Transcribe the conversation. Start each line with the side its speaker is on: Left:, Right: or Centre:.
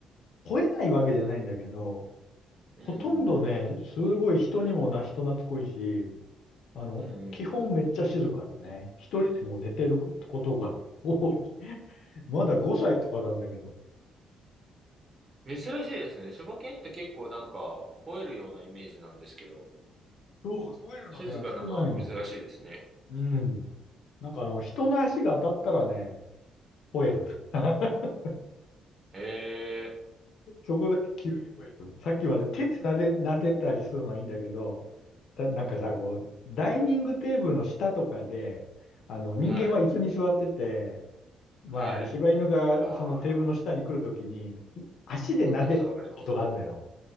Left: えないわけじゃないんだけど、
Right: うんうんうん。
Left: ほとんどね、すごい人にもな、人懐っこいし、あの、
Right: うんうんう
Left: 基本めっちゃ静かだね。一人でも寝てることが多い。<laughs> まだ5歳とかなんだけど。
Right: ん。珍しいですね。柴犬って結構なんか吠えるようなイメージなんですけど、
Left: そう、吠えるのね、
Right: 静かなのは珍しいですね。
Left: 少ないの。うん。なんかあの、人の足が当たったらね、吠える。<laughs>
Right: へえ。
Left: そこだけ急に吠える。さっきまで手で撫で、撫でたりするのはいいんだけど、だ、なんかさ、
Right: うん。
Left: こう、ダイニングテーブルの下とかで、あの、人間は椅子に座ってて、
Right: はい。
Left: まあ、
Right: はい。
Left: 柴犬がそのテーブルの下に来るときに、
Right: ああ、
Left: い足で撫でることがあるのよ。
Right: わかりますわかります。